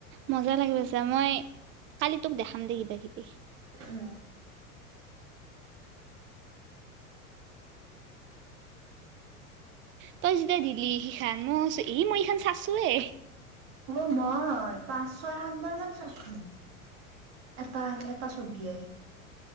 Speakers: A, on the right; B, on the right.
A: মজা লাগিব ছা মই কালি তোক দেখাম দে কিবা কিবি।
B: ও,
A: তই যেতিয়া দিলি সিখান মই কছো ই, মই ইখান চাইছোএই।
B: অ, মই পাছ ছয় সাতবাৰ মান চাচ্চো এটা -এটা ছবিয়ে।